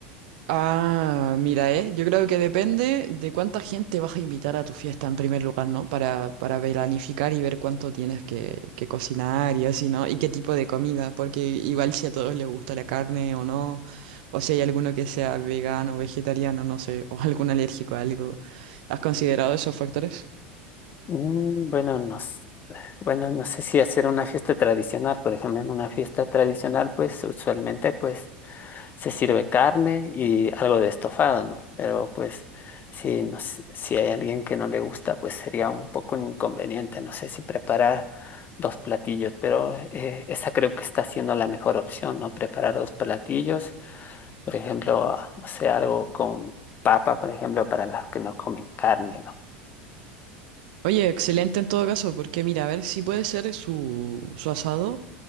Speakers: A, on the right; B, on the left.
A: Ah, mira, eh, yo creo que depende de cuánta gente vas a invitar a tu fiesta en primer lugar, ¿no? Para, para planificar y ver cuánto tienes que, que cocinar y así, ¿no? Y qué tipo de comida, porque igual si a todos les gusta la carne o no, o si hay alguno que sea vegano, vegetariano, no sé, <laughs> o algún alérgico a algo. ¿Has considerado esos factores?
B: Mm, bueno, no, s- bueno, no sé si hacer una fiesta tradicional, por ejemplo, en una fiesta tradicional, pues usualmente, pues se sirve carne y algo de estofado, ¿no? Pero pues si, nos- si hay alguien que no le gusta, pues sería un poco un inconveniente, no sé si preparar dos platillos, pero eh, esa creo que está siendo la mejor opción, ¿no? Preparar dos platillos, por ejemplo, ah, no sé, algo con papa, por ejemplo, para los que no comen carne, ¿no?
A: Oye, excelente en todo caso, porque mira, a ver si puede ser su, su asado.